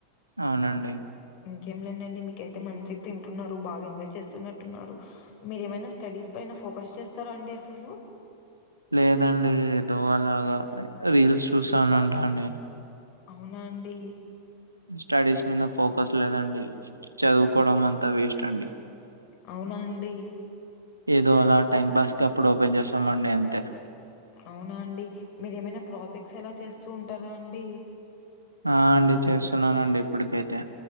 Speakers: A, on the right (about 85°); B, on the left (about 45°).
A: అవునండి
B: ఇంకేం లేదండి మీకయితే మంచి తింటున్నరు బాగా ఎంజాయ్ చేస్తున్నట్టున్నారు మీరేమైనా స్టడీస్ పైన ఫోకస్ చేస్తరా అండి అసలు
A: లేదండి ఏదో అలాగా రీల్స్ చూసాన ఉంటాండి
B: అవునా అండి
A: స్టడీస్ మీద ఫోకస్ లేదండి చదువుకోవడం అంతా వేస్ట్ అండి
B: అవునండి
A: ఏదో అలా టైం పాస్ క అప్పుడు ఓపెన్ చేస్తాంమండి అంతే
B: అవునా అండి మీరు ఏమైనా ప్రాజెక్ట్స్ ఎలా చేస్తూ ఉంటారా అండి
A: ఆ అండి చేస్తున్నానండి ఇప్పటికైతే